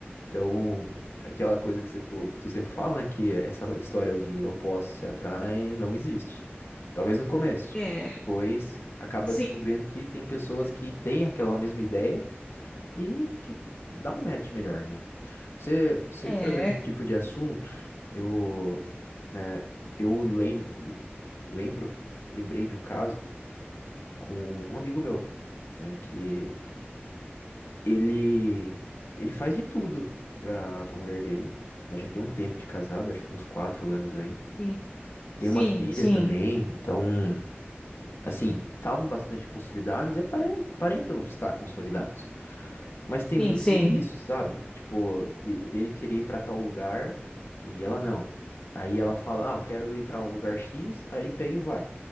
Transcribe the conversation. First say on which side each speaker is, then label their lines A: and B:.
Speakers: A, on the left; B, on the left.
A: Então, aquela coisa que você, tu, tu sempre fala, né? Que essa história de opostos se atraem não existe. Talvez no começo.
B: É,
A: Pois acaba
B: sim.
A: descobrindo que tem pessoas que têm aquela mesma ideia e que dá um match melhor, né? Você, você
B: É,
A: trazendo esse tipo de assunto, eu, né, eu lem, lembro, lembrei de um caso com um amigo meu, né, que ele, ele faz de tudo pra, pra mulher dele, né? Já tem um tempo de casado, acho que uns quatro anos aí.
B: sim. Sim,
A: Tem uma filha
B: sim,
A: também, então, assim, estavam bastante consolidados e apare- aparentam estar consolidados. Mas tem
B: sim,
A: muito
B: sim.
A: disso, sabe? Tipo, de- dele querer ir pra tal lugar e ela não. Aí ela fala, ah, eu quero ir pra um lugar X, aí ele pega e vai.